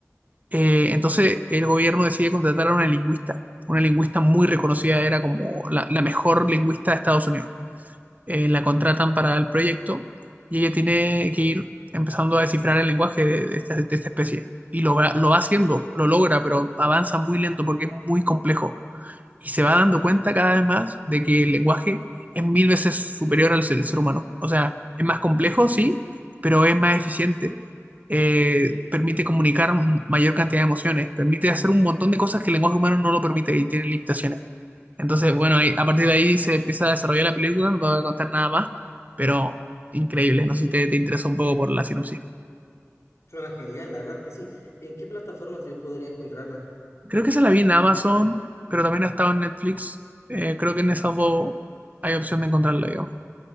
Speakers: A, on the right; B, on the left.
A: Eh, entonces el gobierno decide contratar a una lingüista, una lingüista muy reconocida, era como la, la mejor lingüista de Estados Unidos eh, la contratan para el proyecto y ella tiene que ir empezando a descifrar el lenguaje de, de esta, de esta especie. Y lo, va- lo va haciendo, lo logra, pero avanza muy lento porque es muy complejo. Y se va dando cuenta cada vez más de que el lenguaje es mil veces superior al ser, ser humano. O sea, es más complejo, sí, pero es más eficiente. Eh, permite comunicar mayor cantidad de emociones, permite hacer un montón de cosas que el lenguaje humano no lo permite y tiene limitaciones. Entonces, bueno, ahí- a partir de ahí se empieza a desarrollar la película, no te voy a contar nada más, pero increíble, no sé si te, te interesa un poco por la sinopsis.
B: Suena genial, la verdad que sí. ¿En qué plataformas yo podría encontrarla?
A: Creo que esa la vi en Amazon, pero también ha estado en Netflix. Eh, creo que en esas dos hay opción de encontrarla, digamos.